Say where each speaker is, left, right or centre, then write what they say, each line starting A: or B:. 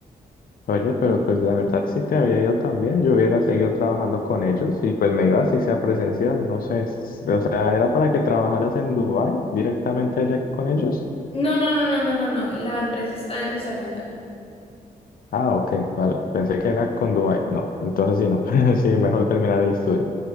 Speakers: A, on the left; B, on the left.
A: Oye, pero pues la verdad sí te había ido también. Yo hubiera seguido trabajando con ellos y pues me iba así sea presencial. No sé, s- o sea, era para que trabajaras en Dubai directamente allá con ellos.
B: No, no, no, no, no, no, no. La empresa está en Risaralda.
A: Ah, ok, vale. Pensé que era con Dubai. No, entonces sí, no. <laughs> Sí, mejor terminar el estudio.